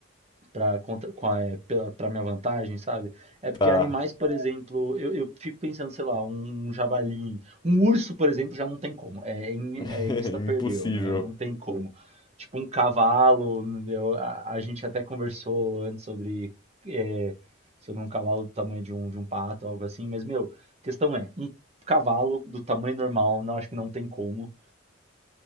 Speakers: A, on the right; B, on the left.
A: para contra, com a, é, pela, pra minha vantagem, sabe? É porque
B: tá,
A: animais, por exemplo, eu, eu fico pensando, sei lá, um um javali, um urso, por exemplo, já não tem como. É, é, in-
B: <laughs>
A: é insta
B: impossível.
A: perdeu, né? Não tem como. Tipo um cavalo, eu- a, a gente até conversou antes sobre, é, sobre um cavalo do tamanho de um, de um pato, algo assim, mas, meu, questão é, um cavalo do tamanho normal, não acho que não tem como.